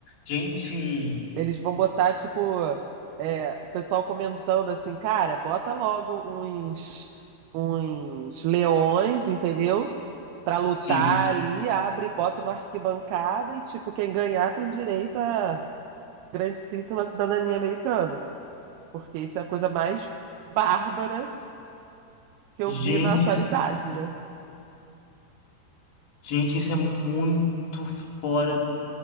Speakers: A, on the left (about 65°); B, on the right (about 75°).
A: Gente,
B: Eles vão botar, tipo, é, o pessoal comentando assim, cara, bota logo uns, uns leões, entendeu? Pra lutar
A: sim.
B: ali, abre, bota uma arquibancada e, tipo, quem ganhar tem direito à grandíssima cidadania americana. Porque isso é a coisa mais bárbara que eu
A: Gente,
B: vi na atualidade,
A: isso-
B: né?
A: gente, isso é muito fora.